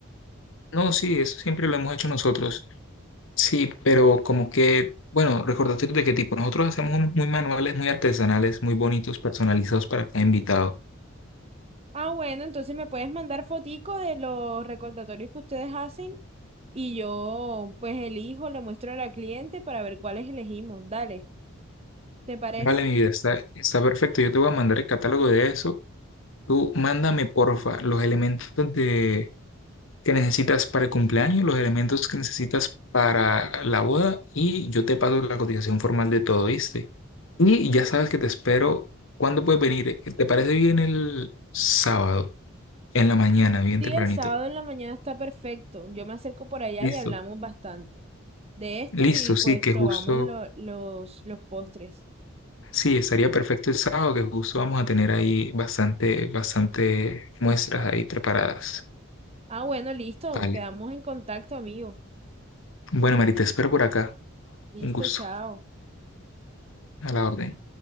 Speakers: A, on the left; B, on the right.
A: No, sí, eso siempre lo hemos hecho nosotros. Sí, pero como que, bueno, recordatorio de qué tipo. Nosotros hacemos unos muy manuales, muy artesanales, muy bonitos, personalizados para cada invitado.
B: Ah, bueno, entonces me puedes mandar fotico de los recordatorios que ustedes hacen y yo pues elijo, le muestro a la cliente para ver cuáles elegimos. Dale, ¿te parece?
A: Vale, mi vida, está, está perfecto. Yo te voy a mandar el catálogo de eso. Tú mándame, porfa, los elementos de, que necesitas para el cumpleaños, los elementos que necesitas para la boda y yo te paso la cotización formal de todo, ¿viste? Y ya sabes que te espero. ¿Cuándo puedes venir? ¿Te parece bien el sábado, en la mañana, bien
B: Sí,
A: tempranito?
B: el sábado en la mañana está perfecto. Yo me acerco por allá
A: Listo.
B: y hablamos bastante de esto
A: Listo,
B: y pues
A: sí, que
B: probamos
A: justo,
B: lo- los, los postres.
A: sí, estaría perfecto el sábado, que justo vamos a tener ahí bastante, bastante muestras ahí preparadas.
B: Ah, bueno, listo.
A: Vale.
B: Quedamos en contacto, amigo.
A: Bueno, Mari, te espero por acá.
B: Listo,
A: Un gusto.
B: chao.
A: A la orden.